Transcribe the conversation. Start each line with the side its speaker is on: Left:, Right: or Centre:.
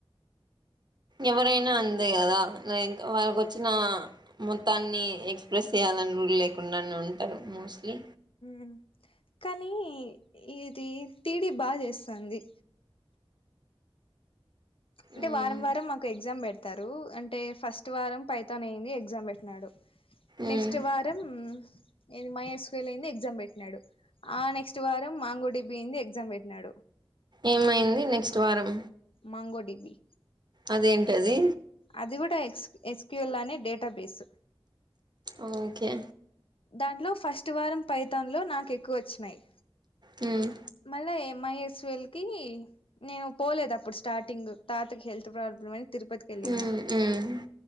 Right: ఎవరైనా అంతే కదా న్ వాళ్ళకోచ్చిన మొత్తాన్ని ఎక్స్ప్రెస్ చేయా లన్గులేకుండానుంటారు మోస్ట్లీ
Left: మ్ కానీ ఇది టీడిీ బాగా చేస్తంది అంటే
Right: ఉమ్
Left: వారం వారం మాకు ఎగ్జామ్ పెట్ చతారు అంటే ఫస్ట్ వారం పైతనైది ఎగ్జామ్ పెట్టినాడు
Right: ఉమ్
Left: నెక్స్ట్ వారం ఏ మైఎస్కల్ అయింది ఎగ్జామ్ పెట్టినాడు ఆ నెక్స్ట్ వారం మాంగోడిబిపి అయింది ఎగ్జామ్ పెట్టినాడు
Right: ఏమైంది నెక్స్ట్ వారం
Left: మాంగో డిపి
Right: అదేంటిది
Left: అది కూడా ఎ్స్ ఎస్క్యూలానే డేటాబేసు
Right: ఓకే
Left: దాంట్లో ఫస్ట్ వారం పైతాన్ లో నాకు ఎక్కువోచ్చినాయి
Right: మ్
Left: మళ్ళా ఎంఐఎస్ఎల్ కి నేను పోలేదప్పుడు స్టార్టింగ్ తాతకి హెల్త్ ప్రాబ్లమై తిరుపతికేళ్ళన
Right: ఉమ్ ఉమ్